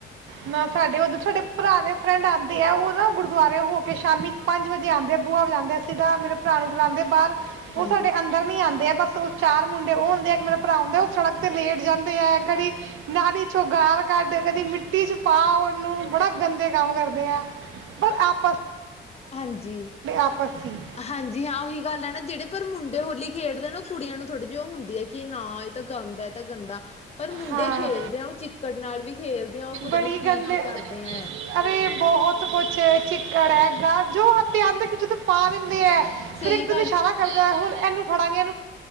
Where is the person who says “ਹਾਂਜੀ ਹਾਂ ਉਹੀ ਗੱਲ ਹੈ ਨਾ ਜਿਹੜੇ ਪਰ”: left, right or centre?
Left